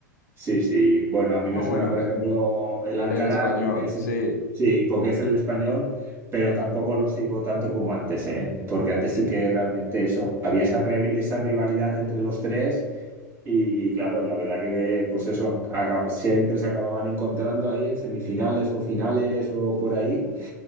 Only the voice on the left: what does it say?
Ah,
bueno,
el español,
sí.
Ujú,
Sí,